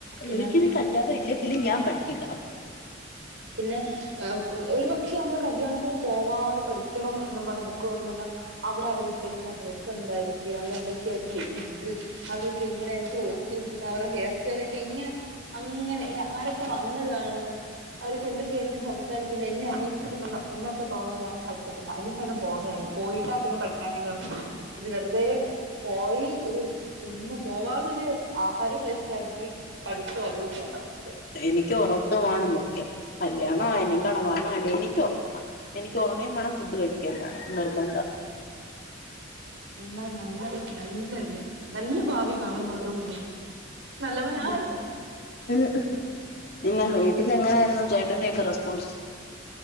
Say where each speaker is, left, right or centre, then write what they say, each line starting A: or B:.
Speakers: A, on the right; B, on the left.
A: പിന്നെ
B: എനിക്കിനി കല്യാണം ഇല്ലെങ്കിലും ഞാൻ പഠിക്കില്ല
A: പിന്നെ ഒരുപക്ഷെ നമ്മള് കല്യാണത്തിന് പോവാതെ പഠിക്കണം എന്നും പറഞ്ഞു ബുക്ക് തുറന്നിരുന്ന അവിടെ അവരിട്ടേക്കുന്ന ഡ്രസ്സ് എന്തായിരിക്കും അവിടെ എന്തൊക്കെയായിരിക്കും ഫുഡ് അവരൊക്കെ എങ്ങനെയായിരിക്കും ഒരുങ്ങിയിരിക്കുന്നെ അവരുടെ ഹെയർ സ്റ്റൈലൊക്കെ എങ്ങനെ അങ്ങനെ ആരൊക്കെ വന്ന് കാണും അവരൊക്കെ എന്തൊക്കെയാരിക്കും സംസാരി ക്ക്‌ന്നെ പിന്നെ എന്നെ അന്വേഷിക്കുന്നുണ്ടോ എന്നൊക്കെ തോന്നലാരണം പഠിക്കത്തില്ല അതില് ഭേദം പോന്നെ അല്ലെ പോയിട്ടാ പിന്നെ പഠിക്കാനെ തോന്നത്തില്ല ഒരു വെറുതെ പോയി ഒരു ചുമ്മാ പോവാതൊരു ആഹാരം വേസ്റ്റ് ആക്കി പഠിച്ചോ
B: പഠിച്ച പോലും
A: അതും ഇല്ലാത്ത
B: ഇല്ല
A: അവസ്ഥയാ
B: എനിക്ക് ഒറക്കമാണ് മുഖ്യം കല്യാണായാലും കാളണമായാലും എനിക്ക് ഒറങ്ങണം എനിക്ക് എനിക്ക് ഒറങ്ങേം വേണം ഫുഡ് കഴിക്കേം വേണം നിർബന്ധ
A: നല്ല നല്ല നല്ലരു മീൻ നല്ല ഭാവി കാണുന്നുണ്ട് കുഞ്ഞേ നല്ലവനായ
B: ഉ പിന്നെ വീട്ടിലെങ്ങനായായിരുന്നു ചേട്ടന്റെക്കെ റെസ്പോൺസ്